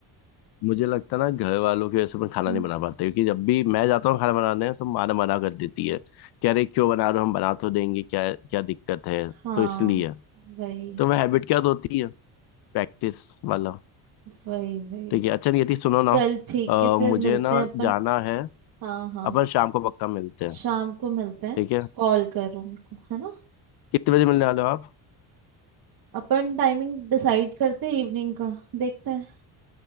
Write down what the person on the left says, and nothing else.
मुझे लगता है ना घर वालों की वजह से मैं खाना
नहीं बना पाता क्योंकि जब भी मैं जाता हूँ खाना बनाने तो माँ ना मना कर देती है कि अरे क्यों बना रहे हो हम बना तो देंगे क्या क्या दिक्कत है
तो इसलिए
तो वह हैबिट क्या होती है प्रैक्टिस वाला
ठीक है अच्छा नियति सुनो ना
अ,
मुझे
ना
जाना है
अपन शाम को पक्का मिलते हैं
ठीक है
कितने बजे मिलने वाले हो आप